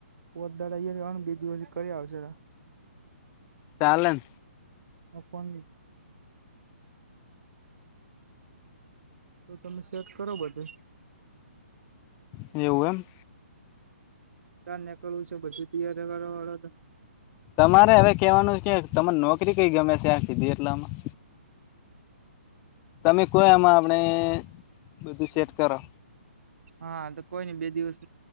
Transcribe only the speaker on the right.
પોત દાર અ બે દિવસ કરી આવશે.
હ ફોન <unintelligible> તો તમે સેટ કરો બધુ
ચાર નીકળવું છે બધું તૈય કરવા વાળો
હા તો કોઈ નઈ બે દિવસ